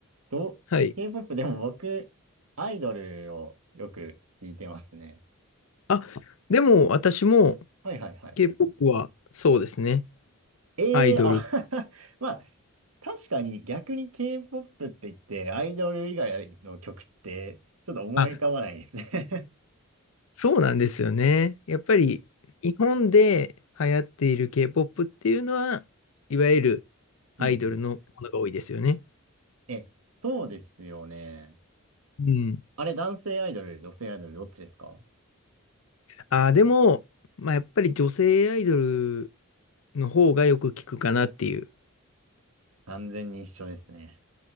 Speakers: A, on the right (about 80°); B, on the left (about 70°).
A: ど、
B: はい。
A: K-POP でも僕、アイドルをよく聴いてますね。
B: あ、でも私も
A: はいはいはい。
B: K-POP は、そうですね。
A: ええあ
B: アイドル。
A: <laughs> まあ、確かに逆に K-POP って言って、アイドル以外の曲って、ちょっと思い浮かばないですね
B: あ、そうなんですよね。やっぱり日本で流行っている K-POP っていうのは、いわゆる
A: <laughs> うんうん。
B: アイドルのものが多いですよね。
A: え、そうですよね。
B: うん。
A: あれ、男性アイドル、女性アイドル、どっちですか
B: あー、でも、まあ、やっぱり女性アイドルの方がよく聞くかなっていう。
A: 完全に一緒ですね。